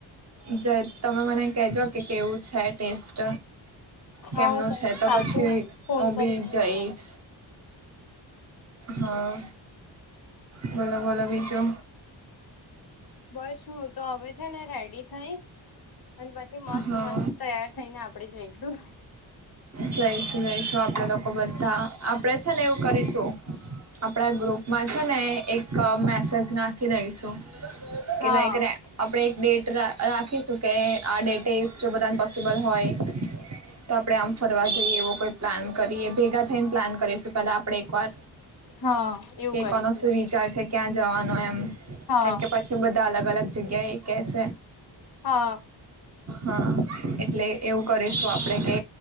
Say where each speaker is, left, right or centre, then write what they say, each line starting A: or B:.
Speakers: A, on the right; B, on the left.
A: જ તમે મને કેજો કે કેવું છે ટેસ્ટ
B: હા
A: કેમનું
B: હું તમને
A: છે તો
B: પાકું
A: પછી
B: ફોન કરીને
A: બી જઈશ
B: જણાઈશ
A: હા બ વો લ વિીજો
B: બસ હું તો હવે છે ને રેડી થઈશ અને પછી મસ્ત
A: હા
B: મસ્ત તૈયાર થઈને આપણેે જોઈશું
A: જઈશું જઈશું આપણા લોકો બધા આપણેે છે ને એવું કરીશું આપડા ગ્રુપમાં છે ને એક મેસેજ નાખી દઈશું કે
B: હા
A: લયકને આપણે નેટ્ર રાખીશું કે આ ડેટફ જો બધાને પોસબલ હોય તો આપણે આમ ફરવા જઈએ એવો કોઈ પ્લાન કરીએ ભેગા થઈને પ્લાન કરીશું પ આપડે એક વાર
B: હા એવું
A: કેવાનો
B: કરીશું
A: શું વિચાર છે ક્યાં જવાનો એમ
B: હા
A: કેમ કે પછી બ અલગ અલગ જગ્યા એ કેસ
B: હા
A: હા એટલે એવું કરીશું આપડે કે